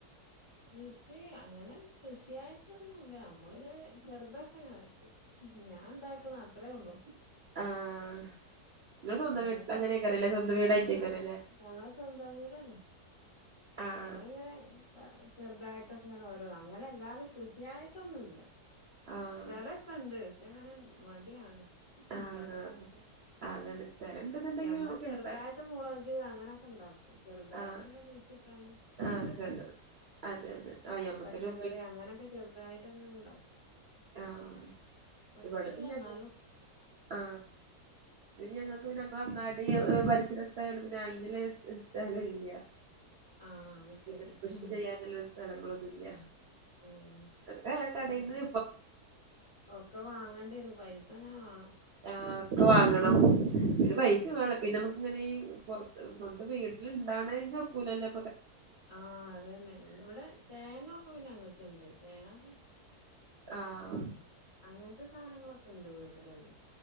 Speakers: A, on the left; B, on the right.
A: കൃഷി അങ്ങന കൃഷി ആയിട്ട് ഒന്നും ഇല്ല മ്മള് ഇങ്ങന ചെർദ് ഒക്കെ <unintelligible> ഞാൻ ഇണ്ടാക്കണ് അത്രെള്ളു
B: ആഹ് ഇങ്ങള് സ്വന്തം
A: എലരും
B: വീട്ടിൽ അങ്ങനെയ്ക്കാരല്ലേ സ്വന്തം വീടായിട്ടേക്കാരല്ലേ
A: ആഹ് ഞങ്ങളെ സ്വന്തം. വീടനെ
B: ആഹ്
A: നമ്മള് ഇങ്ങനെ ചെറുതായിട്ട് ഇങ്ങനെ ഒ അങ്ങനെല്ലാതെ കൃഷിയായിട്ടൊന്നുല്ല
B: ആഹ്
A: സ്ഥലൊക്കെ ണ്ട്. <unintelligible> അങ്ങനെ മടിയാണ്
B: ആഹ്
A: ഉണ്ടാക്കാനൊക്കെ
B: ആഹ് ആഹ് അതാണ് സ്ഥലം ഇണ്ട്ന്ന്ണ്ടെങ്കി
A: ഞമ്മള്
B: നമുക്ക്
A: ചെറുതായിട്ട്
B: ഇണ്ടാ
A: മൂളക് അങ്ങനോക്കെ ഇണ്ടാകും. ചെറുതായിട്ട്
B: ആഹ്
A: ഇങ്ങനെ കുയിച് <unintelligible>
B: ആഹ്
A: മുറ്റത്തൊക്കെ
B: ചെല അതെ അതെ ആഹ് ഞമ്മക്കന്നെ
A: പച്ചക്കറി അങ്ങനെയൊക്കെ ചെറുതായിട്ട്. ഇങ്ങനെ ക്കെ ണ്ടാകും.
B: ആഹ
A: കൊഴപ്പല്ല
B: ഇവിടെപ്പിന്ന
A: എന്നാലും
B: ഞങ്ങൾക്ക് ആ ഞങ്ങൾക്ക് ഞങ്ങളെ അങ്ങാടി. പരിസര ഇതായതോണ്ട് പിന്നെ അയിലില് സ്ഥലല്ല്യാ
A: ആഹ് ശരി
B: പിന്നെ കൃഷി
A: ഉം
B: ചെയ്യാനുള്ള സ്ഥലങ്ങളൊന്നുംല്ല
A: ഉം
B: ഇതൊക്ക കാടെന്ന്
A: ഉം. ഒക്കെ വാങ്ങേണ്ടി വരും പൈസ അങ്ങനെ വേണം.
B: ആ ടാപ് വാങ്ങണം പിന്നെ പൈസ
A: ആഹ്
B: വേണം പിന്നെ നമ്മുക്ക് ഇങ്ങനെ സ്വന്തം വീട്ടിൽ ഉണ്ടാവുന്നതിനൊക്കുളല്ലോ
A: ആഹ് അത് തന്നെ ഇവിടെ തേങ്ങൊക്കെ പിന്ന അങ്ങ ക്കണ്ട് തേങ്ങക്കെ
B: ആഹ്
A: അങ്ങനത്തെ സാധനങ്ങളൊ കൊണ്ട് വീട്ടിൽ തന്നെ